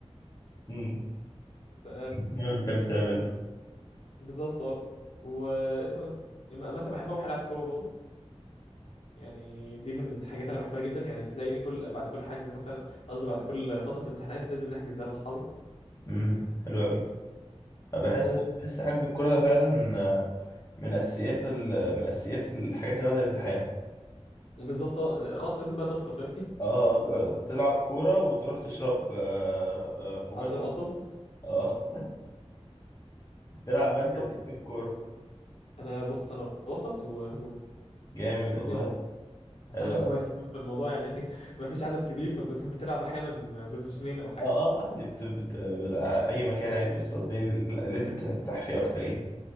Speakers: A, on the left (about 30°); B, on the left (about 65°).
A: امم
B: ف
A: <laughs> ما بتحب تعمله
B: بالظبط اه واسمه ده م- مثلا بحب اروح العب كوره برضه يعني دي من الحاجات اللي انا بحبها جدا يعني تلاقيني كل بعد كل حجز مثلا قصدي بعد كل فتره امتحانات لازم نحجز انا واصحابي
A: امم حلو قوي بحس
B: و-
A: بحس حجز الكورة ده فعلا آه، من اساسيات ال... من اساسيات الحاجات اللي بعد الامتحان
B: بالظبط اه خلاص لازم بقى تفصل فاهمني
A: اه آه، تلعب كورة وتروح تشرب آه، آه، كوباية
B: <laughs> عصب عصب
A: اه بتلعب مركز
B: طب
A: ايه في الكورة
B: انا بص انا وسط وهجوم
A: جامد
B: يعني الاثنين
A: والله
B: مع بعض. بس
A: حلو
B: احنا خماسي
A: أوي.
B: فاهم؟ فالموضوع يعني <laughs> ما فيش عدد كبير فبتلعب احيانا بوزيشنين او حاجه
A: اه اه عادي بت... بت... بت... اي مكان عادي بس قصدي يعني اللي انت بترتاح فيه اكتر يعني